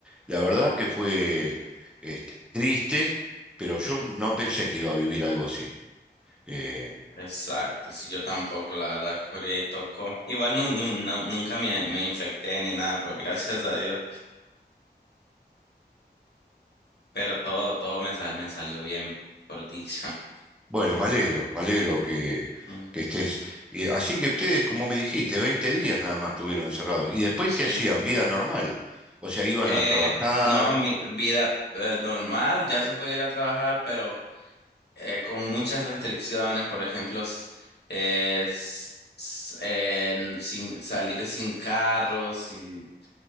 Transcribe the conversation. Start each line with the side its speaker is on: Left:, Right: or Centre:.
Centre: La verdad que fue este, triste, pero yo no pensé que iba a vivir algo así. Eh,
Left: Exacto, sí, yo tampoco, la verdad, que por ahí tocó. Igual nun- nun- no- nunca me, me infecté ni nada, pues <laughs> gracias a Dios. pero todo, todo me, sal- me salió bien, por dicha. <laughs>
Centre: bueno, me alegro, me alegro que,
Left: Mm.
Centre: que estés. Eh, así que ustedes, como me dijiste, 20 días nada más estuvieron encerrados. ¿Y después
Left: Sí.
Centre: qué hacían? Vida normal. O sea, iban
Left: Eh,
Centre: a trabajar,
Left: no, mi vida eh, normal, ya se puede ir a trabajar, pero eh, con muchas restricciones, por ejemplo, s- eh, s- s- eh, n- sin salir sin carros y